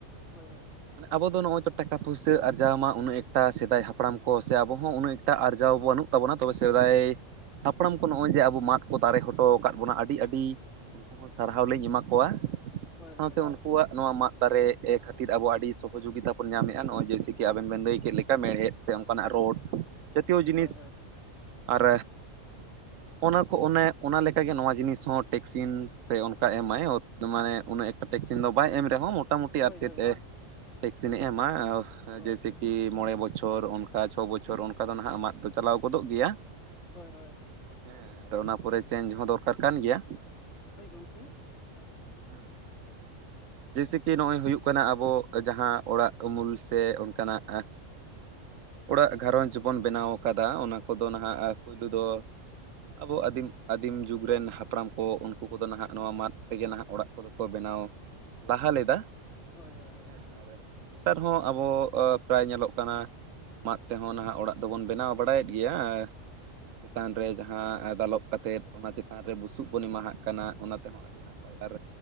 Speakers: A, on the left; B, on the right.
A: ᱦᱳᱭ ᱦᱳᱭ
B: ᱢᱟᱱᱮ ᱟᱵᱚ ᱫᱚ ᱱᱚᱜᱼᱚᱭ ᱛᱚ ᱴᱟᱠᱟ ᱯᱩᱭᱥᱟᱹ ᱟᱨᱡᱟᱣ ᱢᱟ ᱩᱱᱟᱹᱜ ᱮᱴ ᱥᱮᱫᱟᱭ ᱦᱟᱯ ᱦᱟᱯᱲᱟᱢ ᱠᱚ ᱥᱮ ᱟᱵᱚ ᱦᱚᱸ ᱩᱱᱟᱹᱜ ᱮᱴᱟᱜ ᱟᱨᱡᱟᱣ ᱵᱚ ᱵᱟᱹᱱᱩᱜ ᱛᱟᱵᱚᱱᱟ ᱛᱚᱵᱮ ᱥᱮᱫᱟᱭ ᱦᱟᱯᱲᱟᱢ ᱠᱚ ᱱᱚᱜᱼᱚᱭ ᱡᱮ ᱟᱵᱚ ᱢᱟᱜ᱾ ᱠᱚ ᱫᱟᱨᱮ ᱦᱚᱴᱚ ᱟᱠᱟᱫ ᱵᱚᱱᱟ ᱟᱹᱰᱤ ᱟᱹᱰᱤ ᱩᱱᱠᱩ ᱦᱚᱸ ᱥᱟᱨᱦᱟᱣ ᱞᱤᱧ ᱮᱢᱟ ᱠᱚᱣᱟ᱾
A: ᱦᱳᱭ
B: ᱥᱟᱶᱛᱮ
A: ᱦᱳᱭ
B: ᱩᱱᱠᱩᱣᱟᱜ ᱱᱚᱣᱟ ᱢᱟᱫ ᱫᱟᱨᱮ ᱠᱷᱟᱹᱛᱤᱨ ᱟᱵᱚ ᱟᱹᱰᱤ ᱥᱚᱦᱚᱡᱳᱜᱤᱛᱟ ᱵᱚᱱ ᱧᱟᱢᱮᱫᱼᱟ ᱱᱚᱜᱼᱚᱭ ᱡᱮᱭᱥᱮ ᱠᱤ ᱟᱵᱮᱱ ᱵᱮᱱ ᱞᱟᱹᱭ ᱠᱮᱫ ᱞᱮᱠᱟ ᱢᱮᱲᱦᱮᱫ ᱥᱮ ᱚᱱᱠᱟᱱᱟᱜ ᱨᱳᱰ ᱡᱟᱹᱛᱤᱭᱚ ᱡᱤᱱᱤᱥ
A: ᱦᱳᱭ
B: ᱟᱨ ᱚᱱᱟ ᱠᱚ ᱚᱱᱮ ᱚᱱᱟᱠᱟᱜᱮ ᱱᱚᱣᱟ ᱡᱤᱱᱤᱥ ᱦᱚᱸ ᱴᱮᱠᱥᱤᱱ ᱥᱮ ᱚᱱᱠᱟ ᱮᱢᱟᱭ ᱢᱟᱱᱮ ᱩᱱᱟᱹᱜ ᱮᱠᱴᱟ ᱴᱮᱠᱥᱤᱱ ᱫᱚ ᱵᱟᱭ ᱮᱢ ᱨᱮᱦᱚᱸ ᱢᱳᱴᱟᱢᱩᱴᱤ
A: ᱦᱳᱭ
B: ᱟᱨ
A: ᱦᱳᱭ
B: ᱪᱮᱫ
A: ᱦᱳᱭ ᱦᱳᱭ
B: ᱮ ᱴᱮᱠᱥᱤᱱᱮ ᱮᱢᱟ᱾
A: ᱦᱳᱭ
B: ᱡᱮᱭᱥᱮ ᱠᱤ ᱢᱚᱬᱮ ᱵᱚᱪᱷᱚᱨ ᱚᱱᱠᱟ ᱪᱷᱚ ᱵᱚᱪᱷᱚᱨ ᱚᱱᱠᱟ ᱫᱚ ᱦᱟᱜ ᱢᱟᱜ ᱫᱚ ᱪᱟᱞᱟᱣ ᱜᱚᱫᱚᱜ ᱜᱮᱭᱟ᱾
A: ᱦᱳᱭ ᱦᱳᱭ,
B: ᱦᱮᱸ ᱟᱫᱚ ᱚᱱᱟ ᱯᱚᱨᱮ ᱪᱮᱧᱡᱽ ᱦᱚᱸ ᱫᱚᱨᱠᱟᱨ ᱠᱟᱱ ᱜᱮᱭᱟ᱾
A: ᱦᱳᱭ ᱜᱚᱝᱠᱮ
B: ᱦᱮᱸ ᱡᱮᱭᱥᱮ ᱠᱤ ᱱᱚᱜᱼᱚᱭ ᱦᱩᱭᱩᱜ ᱠᱟᱱᱟ ᱟᱵᱚ ᱡᱟᱦᱟᱸ ᱚᱲᱟᱜ ᱩᱢᱩᱞ ᱥᱮ ᱚᱱᱠᱟᱱᱟᱜ᱾ ᱚᱲᱟᱜ ᱜᱷᱟᱨᱚᱸᱡᱽ ᱵᱚᱱ ᱵᱮᱱᱟᱣ ᱠᱟᱫᱟ ᱚᱱᱟ ᱠᱚᱫᱚ ᱱᱟᱦᱟᱜ ᱯᱳᱭᱞᱳ ᱫᱚ᱾ ᱟᱵᱚ ᱟᱹᱫᱤᱢ ᱟᱹᱫᱤᱢ ᱡᱩᱜᱽ ᱨᱮᱱ ᱦᱟᱯᱲᱟᱢ ᱠᱚ ᱩᱱᱠᱩ ᱠᱚᱫᱚ ᱱᱟᱦᱟᱜ ᱱᱚᱣᱟ ᱢᱟᱫ ᱛᱮᱜᱮ ᱱᱟᱦᱟᱜ ᱚᱲᱟᱜ ᱠᱚᱫᱚ ᱠᱚ ᱵᱮᱱᱟᱣ ᱞᱟᱦᱟ ᱞᱮᱫᱟ᱾
A: ᱦᱳᱭ ᱦᱳᱭ ᱦᱳᱭ
B: ᱦᱮᱸ ᱟᱨ ᱱᱮᱛᱟᱨ ᱦᱚᱸ ᱟᱵᱚ ᱯᱨᱟᱭ ᱧᱮᱞᱚᱜ ᱠᱟᱱᱟ ᱢᱟᱫ ᱛᱮᱦᱚᱸ ᱱᱟᱦᱟᱜ ᱚᱲᱟᱜ ᱫᱚᱵᱚᱱ ᱵᱮᱱᱟᱣ ᱵᱟᱲᱟᱭᱮᱫ ᱜᱮᱭᱟ᱾ ᱪᱮᱛᱟᱱ ᱨᱮ ᱡᱟᱦᱟᱸ ᱫᱟᱞᱚᱵ ᱠᱟᱛᱮᱫ ᱚᱱᱟ ᱪᱮᱛᱟᱱ ᱨᱮ ᱵᱩᱥᱩᱵ ᱵᱚᱱ ᱮᱢᱟᱦᱟᱜ ᱠᱟᱱᱟ ᱚᱱᱟ ᱛᱮᱦᱚᱸ ᱟᱹᱰᱤ ᱱᱟᱯᱟᱭ ᱦᱳᱭ ᱟᱨ